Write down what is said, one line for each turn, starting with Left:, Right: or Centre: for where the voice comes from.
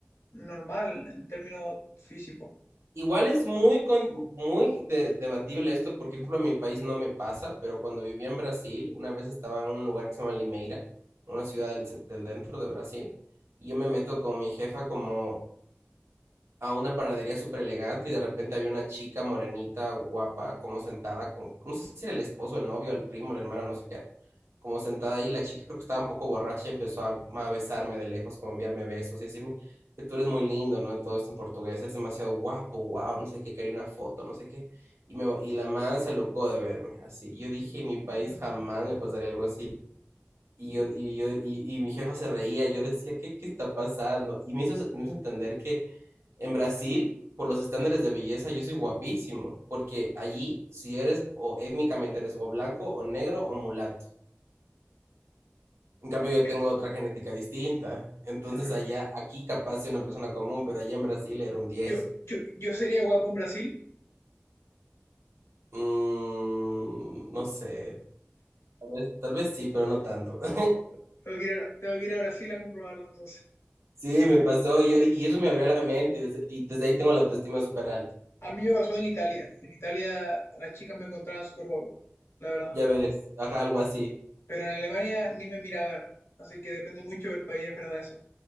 Left: normal en términos físicos.
Right: Igual es muy, con- muy de- debatible esto, porque, por ejemplo, en mi país no me pasa, pero cuando vivía en Brasil, una vez estaba en un lugar que se llama Limeira, una ciudad del, del dentro de Brasil, y yo me meto con mi jefa como a una panadería súper elegante y de repente había una chica morenita, guapa, como sentada con, no sé si era el esposo, el novio, el primo, el hermano, no sé qué, como sentada ahí, la chica creo que estaba un poco borracha y empezó a, a besarme de lejos, como enviarme besos y decirme que tú eres muy lindo, ¿no? Todo esto en portugués, eres demasiado guapo, wow, no sé qué, quería una foto, no sé qué. Y, me, y la man se alocó de verme, así. Yo dije, en mi país jamás me pasaría algo así. Y, yo, y, yo, y, y mi jefa se reía, yo decía, ¿qué, qué está pasando? Y me hizo, me hizo entender que en Brasil, por los estándares de belleza, yo soy guapísimo, porque allí si eres o étnicamente eres o blanco o negro o mulato. En cambio, yo
Left: Eh,
Right: tengo otra genética distinta. Entonces,
Left: eh,
Right: allá, aquí capaz soy una persona común, pero allá en Brasil era un diez,
Left: yo, yo, yo sería guapo en Brasil.
Right: Mm, no sé, tal vez, tal vez sí, pero no tanto. <laughs>
Left: Tengo que ir a, tengo que ir a Brasil a comprobarlo entonces.
Right: Sí, me pasó, yo di- y eso me abrió la mente y desde, y desde ahí tengo la autoestima súper alta.
Left: A mí me pasó en Italia. En Italia las chicas me encontraban súper guapo, la verdad.
Right: Ya ves, ajá, algo así.
Left: Pero en Alemania ni me miraban. Así que depende mucho del país, es verdad eso.